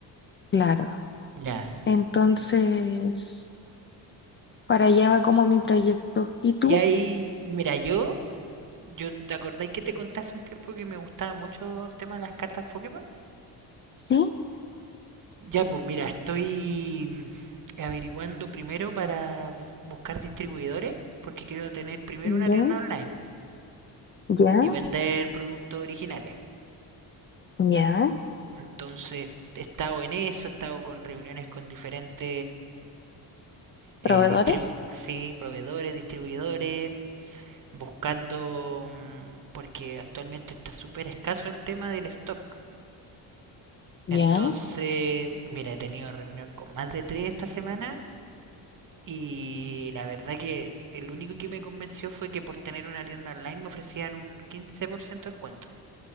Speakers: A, on the left (about 30°); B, on the right (about 45°).
A: Claro.
B: Ya.
A: Entonces... Para allá va como mi proyecto. ¿Y tú?
B: Y ahí, mira, yo, yo te acordáis que te conté hace un tiempo que me gustaba mucho el tema de las cartas Pokémon.
A: Sí,
B: Ya, pues mira, estoy mm, averiguando primero para bu- buscar distribuidores, porque quiero tener primero
A: ya,
B: una tienda online
A: ya,
B: y vender productos originales.
A: ya,
B: Entonces he estado en eso, he estado con reuniones con diferentes eh,
A: ¿Proveedores?
B: distribu- sí, proveedores, distribuidores, buscando, mm, porque actualmente está súper escaso el tema del stock.
A: ya.
B: Entonces, mira, he tenido reunión con más de tres esta semana y la verdad que el único que me convenció fue que por tener una tienda online me ofrecían un 15% de descuento.